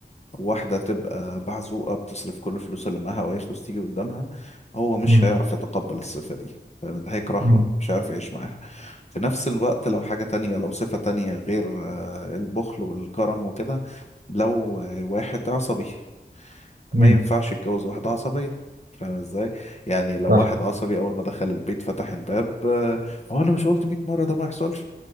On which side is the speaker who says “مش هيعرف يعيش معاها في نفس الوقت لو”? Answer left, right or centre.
Left